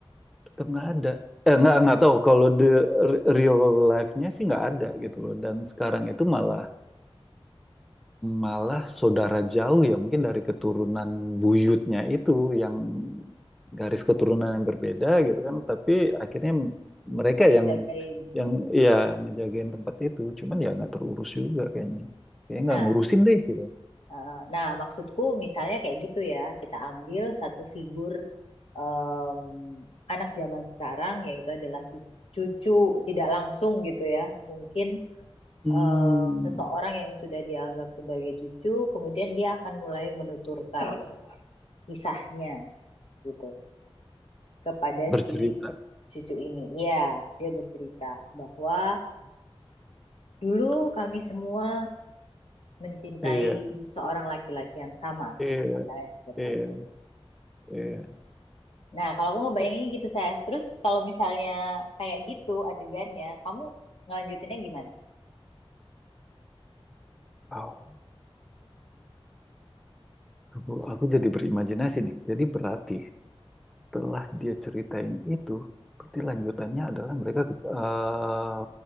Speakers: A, in the centre; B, on the left.
A: tetap nggak ada eh nggak nggak tahu kalau the r- real life-nya sih nggak ada gitu loh dan sekarang itu malah malah saudara jauh ya mungkin dari keturunan buyutnya itu yang garis keturunan yang berbeda gitu kan tapi akhirnya mereka
B: ngejagain.
A: yang yang ya ngejagain tempat itu cuman ya nggak terurus juga kayaknya kayaknya
B: Nah,
A: nggak ngurusin deh gitu
B: eh, nah maksudku misalnya kayak gitu ya, kita ambil satu figur em, anak zaman sekarang yaitu adalah si cucu tidak langsung gitu ya, mungkin
A: hmm,
B: em, seseorang yang sudah dianggap sebagai cucu, kemudian dia akan mulai menuturkan. kisahnya gitu kepada
A: bercerita
B: si cucu ini. Ya, dia bercerita bahwa dulu kami semua mencintai
A: iya
B: seorang laki-laki yang sama,
A: iya
B: misalnya seperti
A: iya
B: itu.
A: iya
B: Nah, kalau aku ngebayangin gitu saya, terus kalau misalnya kayak gitu adegannya, kamu ngelanjutinnya gimana?
A: wow Tunggu, aku jadi berimajinasi nih. Jadi berarti setelah dia ceritain itu, berarti lanjutannya adalah mereka ke- eh,